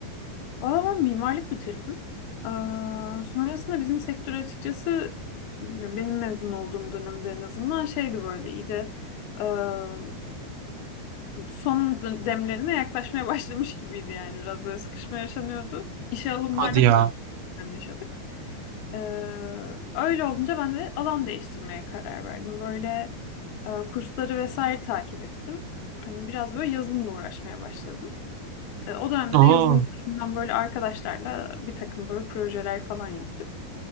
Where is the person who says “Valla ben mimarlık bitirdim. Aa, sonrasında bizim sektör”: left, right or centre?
Left